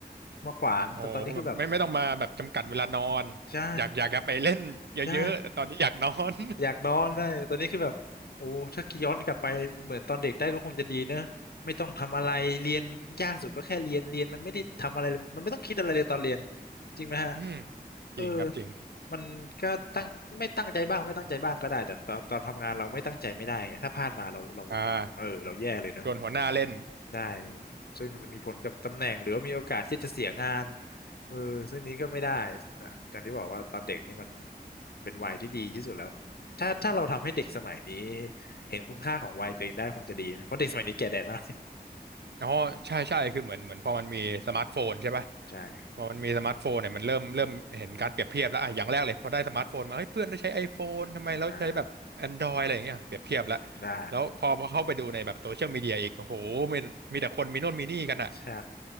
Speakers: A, on the left; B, on the right.
A: มาขวางแต่ตอนนี้คือแบบ
B: โอ้โหแบบไม่ไม่ต้องมาแบบจำกัดเวลานอน
A: ใช่
B: อยากอยากจะไปเล่นเยอะๆแต่ตอนนี้อยากนอน
A: ใช่ อยากนอนได้ตอนนี้คือแบบโอ้ถ้าย้อนกลับไปเหมือนตอนเด็กได้ก็คงจะดีเนอะไม่ต้องทำอะไรเรียนยากสุดก็แค่เรียนเรียนมันไม่ได้ทำอะไรเลยมันไม่ต้องคิดอะไรเลยตอนเรียนจริงไหมฮะ
B: <laughs> อืม
A: เออ
B: จริงครับจริง
A: มันก็ตั้งไม่ตั้งใจบ้างไม่ตั้งใจบ้างก็ได้แต่ตอนตอนทำงานเราไม่ตั้งใจไม่ได้ไงถ้าพลาดมาเราเรา
B: อ่า
A: เออเราแย่เลยเนอะ
B: โดนหัวหน้าเล่น
A: ได้ ซึ่งมันมีผลกับตำแหน่งหรือว่ามีโอกาสที่จะเสียงานเออซึ่งนี้ก็ไม่ได้นะอย่างที่บอกว่าตอนเด็กนี่มันเป็นวัยที่ดีที่สุดแล้ว ถ้าถ้าเราทำให้เด็กสมัยนี้เห็นคุณค่าของวัยตัวเองได้คงจะดีนะ เพราะเด็กสมัยนี้แก่แดดมาก
B: อ๋อใช่ใช่คือเหมือนเหมือนพอมันมีสมาร์ทโฟนใช่ปะ
A: <laughs> ใช่ครับ
B: พอมันมีสมาร์ทโฟนเนี่ยมันเริ่มเริ่มเห็นการเปรียบเทียบแล้วอ่ะอย่างแรกเลยพอได้สมาร์ทโฟนมาเฮ้ยเพื่อนได้ใช้ iPhone ทำไมเราใช้แบบ
A: อ่า
B: Android อะไรอย่างเงี้ยเปรียบเทียบแล้ว
A: ได้
B: แล้วพอพอเข้าไปดูในแบบโซเชียลมีเดียอีกโอ้โหมีมีแต่คนมีโน่นมีนี่กันอ่ะ
A: ใช่